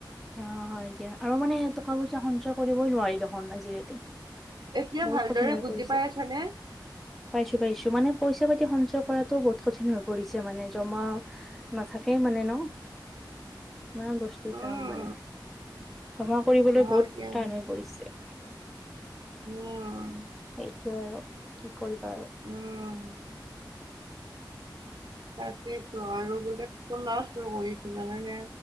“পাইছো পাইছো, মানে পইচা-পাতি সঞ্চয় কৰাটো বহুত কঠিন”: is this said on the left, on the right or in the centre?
Centre